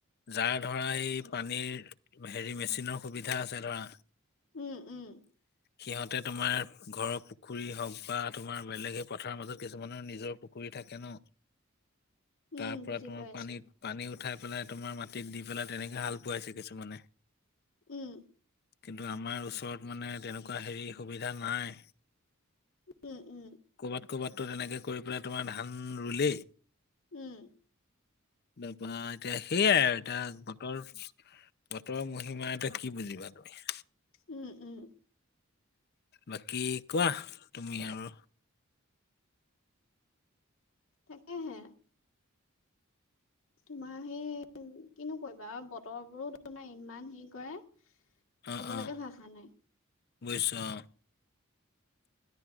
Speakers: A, on the left; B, on the left.
A: জাৰ ধৰা এই পানীৰ হেৰি মেচিনৰ সুবিধা আছে ধৰা।
B: উম, উম।
A: সিহঁতে তোমাৰ ঘৰক পুখুৰী হওঁক বা তোমাৰ বেলেগ সেই পথাৰৰ মাজত কিছুমানৰ নিজৰ পুখুৰী থাকে ন।
B: উম
A: তাৰ পৰা
B: বুজি
A: তোমাৰ
B: পাইছো
A: পানীত পানী উঠাই পেলাই তোমাৰ মাটিত দি পেলাই তেনেকে হাল বোৱাইছে কিছুমানে।
B: উম।
A: কিন্তু আমাৰ ওচৰত মানে তেনেকুৱা হেৰি সুবিধা নাই।
B: উম, উম।
A: ক'বাত ক'বাতটো তেনেকৈ কৰি পেলাই তোমাৰ ধান ৰুলেই।
B: উম
A: তাপা এতিয়া সেইয়াই আৰু এতিয়া বতৰ। বতৰৰ মহিমা এটা কি বুজিবা তুমি।
B: উম, উম।
A: বাকী কোৱা তুমি আৰু।
B: তাকে হে। তোমাৰ সেই কিনো কৰিবা আৰু বতৰ বোৰো তোমাৰ ইমান হেৰি কৰে।
A: অ'
B: ক'ব
A: অ'
B: লগে ভাষা নাই।
A: বুজিছো অ'